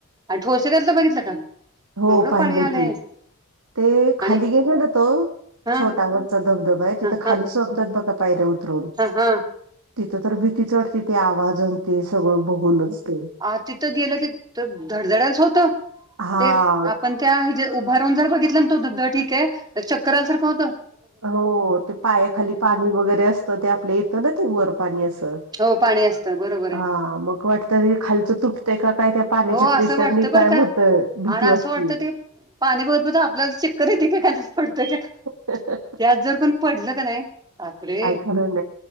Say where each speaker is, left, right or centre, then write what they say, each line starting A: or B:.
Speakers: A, on the right; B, on the right.
A: आणि ठोसे करातलं बघितलं का केवढं
B: हो पाहिलं
A: पाणी आलंय?
B: की ते खाली
A: आणि
B: गेले ना तो
A: हा
B: छोटावर चा धबधबा आहे
A: हा
B: तिथं खाली
A: हा
B: सोडतात बघा पायऱ उतरून.
A: हा हा
B: तिथं तर भीतीच वाटते ते आवाज आणते सगळं बघून असते.
A: अ तिथं गेलं की धडधडायलाच होत
B: हा
A: ते पण त्या ह जे उभारहून जर बघितलं ना तो धबधबा ठीक आहे तर चकर आल्यासारखं होत.
B: हो ते पायाखाली पाणी वगैरे असतं ते आपल्या येतं ना ते वरपाणी असं
A: हो पाणी असतं बरोबर आहे.
B: हा मग वाटत खालचं तुटतय काय पाण्याच्या
A: हो
B: प्रेशर
A: असं वाटतं
B: न
A: बरं
B: काय
A: का
B: होत भीती
A: आणि असं
B: वाटते.
A: वाटतं ते पाणी बघत, बघत आपल्याला चक्कर येतिकका पाण्यात पडतो काय
B: <unintelligible>
A: त्यात जर कोण पडलं का नाही. बापरे
B: काय खरं